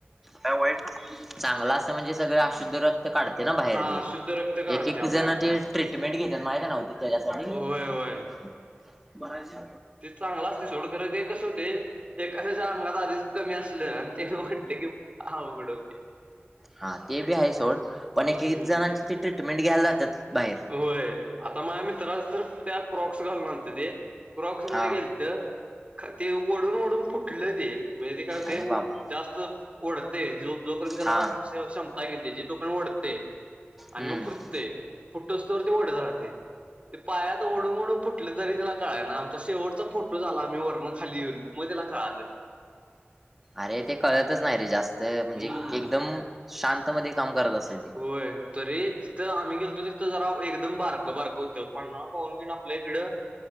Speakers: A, in the centre; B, on the right.
A: काय वाई, चांगलं असं म्हणजे सगळे अशुद्ध रक्त काढते ना बाहेर
B: हा
A: ते.
B: शुद्ध रक्त काढते
A: याची किती
B: आपल्या
A: जण
B: अंगात.
A: ते ट्रीटमेंट घेत्यात माहित ये नव्ह ती त्याच्यासाठी.
B: होय होय
A: बरायची.
B: ते चांगलं असते सोडखरं ते कस होते, एखाद्याच्या अंगात आधीच कमी असल आणि म्हटले कि अवघड. होते
A: हा ते बी आहे सोड पण
B: हम्म
A: <unintelligible> जणांची ती ट्रीटमेंट घ्यायला जात्यांत बाहेर.
B: होय आता माह्या मित्रसं तर त्यात क्रॉक्स घालून अलथे ते. क्रॉक्स मध्ये
A: हा
B: गेलतं, ते वढून वढून फुटलं ते. वेदी काय होतय
A: अरे बाबा
B: जास्त ओढते जो-जोपर्यंत त्याला
A: हा
B: श-क्षमं काय केलं ची तो पण ओढते आणि
A: हम्म
B: मग फुटते. फुटोसतोवर ते ओढत राहते. ते पायात ओढून ओढून फुटल तरी तिला कळाय नाही. तो शेवटचा फोटो झाला. आम्ही वरण खाली येऊन मग त्याला कळाल.
A: अरे ते कळतच नाही रे जास्त, म्हणजे
B: हम्म
A: एकदम शांत मध्ये काम करायचं असते ते.
B: होय. तरी तिथं आम्ही गेलतो. तिथं जरा एकदम बारकं बारकं होतं. पन्हाळ पाहून तेन आपल्या इकडं